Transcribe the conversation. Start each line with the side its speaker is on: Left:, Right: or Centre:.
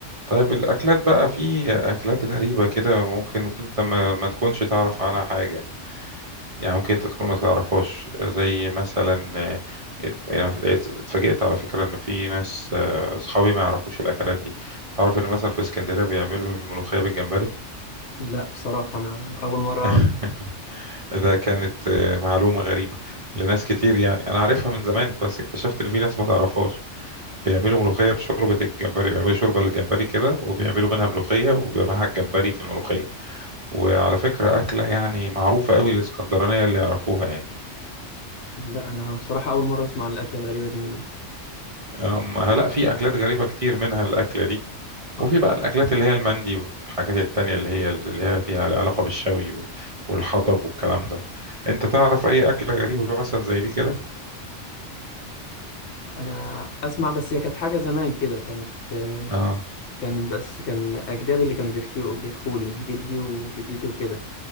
Right: طيب الأكلات بقى في أكلات غريبة كده ممكن كنت ما, ما تكونش تعرف عنها حاجة يعني ممكن أنت تكون ما تعرفهاش زي مثلا آه، يعني لقيت اتفاجئت على فكرة إن في ناس آه، أصحابي ما يعرفوش الأكلات دي تعرف إن مثلا في اسكندرية بيعملوا الملوخية بالجمبري
Left: لا بصراحة أنا أول مرة
Right: <laughs>
Left: أعرف
Right: ده كانت آه، معلومة غريبة لناس كتير يعني أنا عارفها من زمان بس اكتشفت إن في ناس ما تعرفهاش بيعملوا ملوخية بشوربة الجمبري بيعملوا شوربة للجمبري كده وبيعملوا منها ملوخية وبيبقى معاها الجمبري في الملوخية وعلى فكرة أكلة يعني معروفة قوي الإسكندرانية اللي يعرفوها يعني
Left: لا أنا بصراحة أول مرة أسمع عن الأكلة الغريبة دي من
Right: أم لا في أكلات غريبة كتير منها الأكلة دي
Left: آه،
Right: وفي بقى الأكلات اللي هي المندي والحاجات التانية اللي هي اللي هي فيها علاقة بالشوي وال- والحطب والكلام ده أنت تعرف أي أكلة غريبة مثلا زي دي كده؟
Left: أنا أسمع بس هي كانت حاجة زمان كده كانت آه،
Right: آه
Left: كان بس كان أجدادي اللي كانوا بيحكيوا بيحكوا لي جدي وجدتي وكده